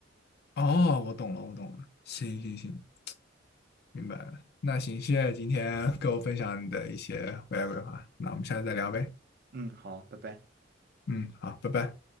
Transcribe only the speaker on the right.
嗯，好，拜拜。